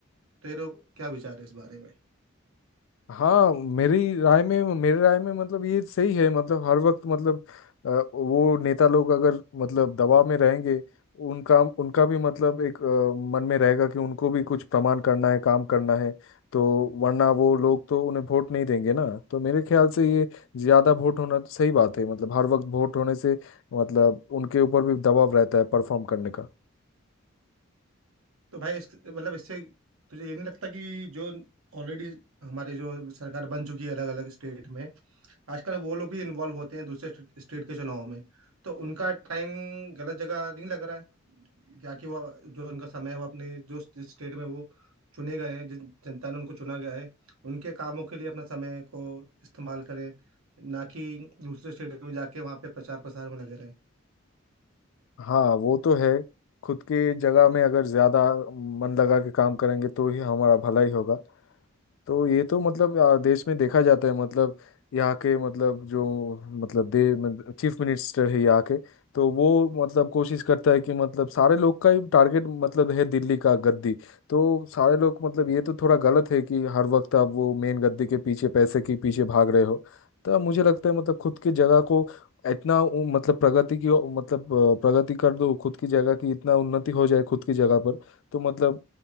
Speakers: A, on the right (about 90°); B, on the left (about 65°).
A: तेरे क्या विचार है इस बारे में
B: हाँ मेरी राय में मेरे राय में मतलब ये सही है मतलब हर वक्त मतलब अ, वो नेता लोग अगर मतलब दबाव में रहेंगे उनका उनका भी मतलब एक अ, मन में रहेगा कि उनको भी कुछ प्रमाण करना है काम करना है तो वरना वो लोग तो उन्हें वोट नहीं देंगे ना तो मेरे ख्याल से ये ज़्यादा वोट होना तो सही बात है मतलब हर वक्त वोट होने से मतलब उनके ऊपर भी दबाव रहता है परफॉर्म करने का
A: तो भाई इस, मतलब इससे तुझे ये नहीं लगता कि जो ऑलरेडी हमारे जो सरकार बन चुकी है अलग अलग स्टेट में आजकल वो लोग भी इन्वॉल्व होते हैं दूसरे स्टे- स्टेट के चुनाव में तो उनका टाइम गलत जगह नहीं लग रहा है क्या कि वो जो उनका समय है वो अपने जो जिस स्टेट में वो चुने गए हैं जिन जनता ने उनको चुना गया है उनके कामों के लिए अपना समय को इस्तेमाल करें ना कि दूसरे स्टेट में जाके वहाँ पे प्रचार प्रसार में लगे
B: हाँ वो तो है खुद के जगह में अगर ज्यादा मन लगा के काम करेंगे तो ही हमारा भला ही होगा तो ये तो मतलब आ, देश में देखा जाता है मतलब यहाँ के मतलब जो मतलब दे मतलब चीफ मिनिस्टर है यहाँ के तो वो मतलब कोशिश करता है कि मतलब सारे लोग का ही टारगेट मतलब है दिल्ली का गद्दी तो सारे लोग मतलब ये तो थोड़ा गलत है कि हर वक्त आप वो मेन गद्दी के पीछे पैसे के पीछे भाग रहे हो तो मुझे लगता है मतलब खुद की जगह को इतना उ- मतलब प्रगति की ओ- मतलब अ, प्रगति कर दो खुद की जगह की इतना उन्नति हो जाए खुद की जगह पर तो मतलब